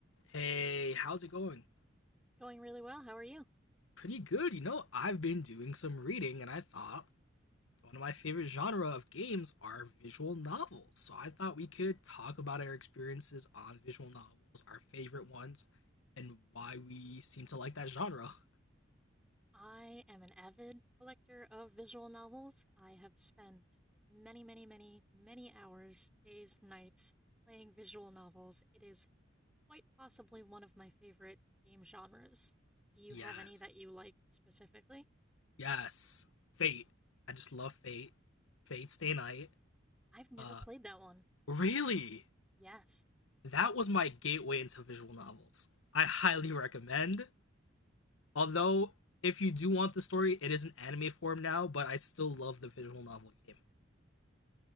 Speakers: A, on the left; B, in the centre.
A: Hey, how's it going?
B: It's Going really well. How are you?
A: Pretty good, you know. I've been doing some reading and I thought one of my favorite genre of games are visual novels. So I thought we could talk about our experiences on visual novels, our favorite ones, and why we seem to like that genre. <laughs>
B: I am an avid collector of visual novels. I have spent many, many, many, many hours, days, nights playing visual novels. It is quite possibly one of my favorite game genres. Do you
A: Yes.
B: have any that you like specifically?
A: Yes. Fate. I just love Fate. Fate Stay Night.
B: I've never
A: Uh
B: played that one.
A: really?
B: Yes.
A: That was my gateway into visual novels. I highly
B: Really?
A: recommend Although, if you do want the story, it is an anime form now, but I still love the visual novel game.